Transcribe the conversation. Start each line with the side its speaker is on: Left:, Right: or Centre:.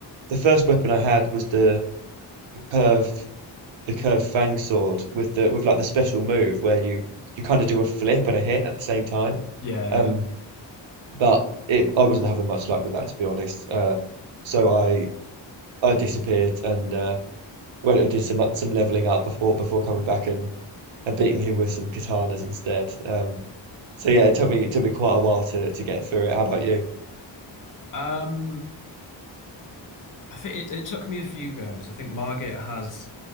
Right: the first weapon I had was the curved the curved fang sword with the with like the special move where you you kind of do a flip and a hit at the same time.
Left: Yeah,
Right: Um, but it, I wasn't having much luck with that, to be honest. Uh, so I I disappeared and uh, went and did some some leveling up before before coming back and, and beating him with some katanas instead. Um, so yeah, it took me it took me quite a while to, to get through it. How about you?
Left: yeah. Um. I think it, it took me a few goes. I think Margit has,